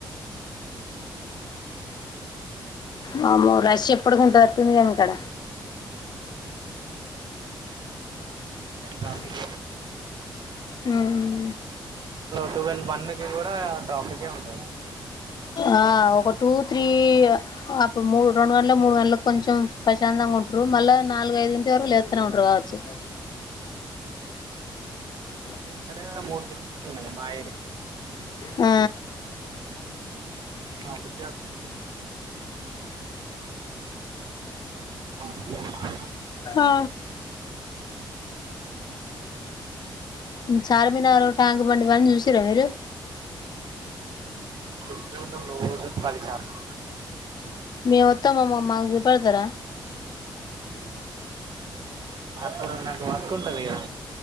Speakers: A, on the left (about 55°); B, on the right (about 60°).
A: వామ్మో రష్ ఎప్పుడు గుంటట్టు ఉంది కదా మీ కాడ.
B: ట్రాఫిక్
A: ఉమ్ ఉహ్మ్.
B: టువెల్, వన్ను కి కూడా ట్రాఫికే ఉంటది.
A: ఆహ్ ఒక టూ త్రీ అప్పుడు మూడు రెండు గంటలకు మూడు గంటలకు కొంచెం ప్రశాంతంగ ఉంటరు. మళ్ళా నాలుగైదింటి వరకు లేస్తనే ఉంటరు కావచ్చు. ఇగ.
B: ఇక్కడ మూడు దిక్కులున్నాయి మా ఏరియ.
A: ఆ
B: ట్రాఫిక్ జామ్ <unintelligible>
A: హా చార్మినారు ట్యాంక్బండ్ ఇవన్నీ చూసిర్రా మీరు
B: చూస్తనే ఉంటం రోజూ పదిసార్లు
A: మేం వత్తంమమ్మ మాకు చూ పెడతరా
B: ఇప్పుడు నాకు వర్క్ ఉంటది కదా